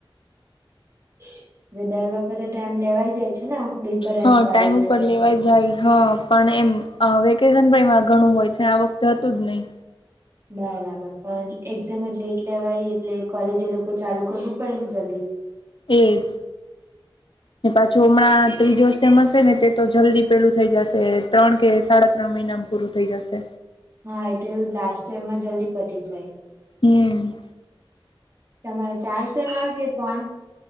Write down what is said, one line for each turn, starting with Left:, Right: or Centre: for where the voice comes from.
Right: હ દર વખતે ટાઈમ લેવાઈ જાય છે ને <unintelligible> બેભરાની
Left: હા
Right: કોલેજ
Left: ટાઈમ
Right: ની
Left: ઉપર
Right: જેમ
Left: લેવાય જાય હ પણ એમ અ વેકેશન પણ એમાં ઘણું હોય છે આ વખત હતું જ ની
Right: બરાબર, પણ એક્ઝામ જ લેટ લેવાઈ એટલે કોલેજ એ લોકો ચાલુ કરવું પડે ને જલ્દી
Left: એ જ ને પાછું હમણાં ત્રીજો સેમ હશે ને તે તો જલ્દી પેલું થઈ જાશે ત્રણ કે સાડા ત્રણ મહિનામાં પૂરું થઈ જશે.
Right: હા એ તો એવું જ લાસ્ટ યરમાં જલ્દી પટી જાય.
Left: હમ
Right: તમારે ચાર સેમ આવે કે ત્રણ?